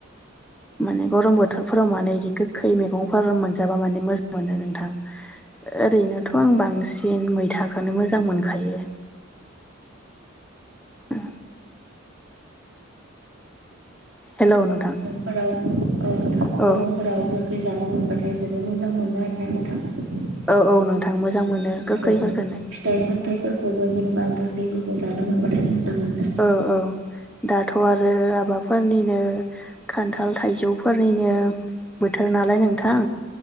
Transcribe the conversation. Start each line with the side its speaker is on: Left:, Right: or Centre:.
Centre: माने गरम बोथोरफोराव माने बिदि गोखै मैगंफोर मोनजाबा माने मोजां मोनो नोंथां ओरैनोथ' आं बांसिन मैथाखौनो मोजां मोनखायो औ हेलौ नोंथां
Right: फोराव ओ
Centre: औ
Right: गरम फोराव गोखै जानो मोनबाथाय जोबोद मोजां मोनो आरोना नोंथां
Centre: औ औ नोंथां मोजां मोनो गोखै
Right: औ
Centre: फोरखौनो
Right: फिथाइ सामथाइफोरखौबो जेनेबा गोखै फोरखौ जानो मोनबाथाय मोजां मोनो
Centre: औ औ दाथ' आरो आबाफोरनिनो खान्थाल थाइजौफोरनिनो बोथोर नालाय नोंथां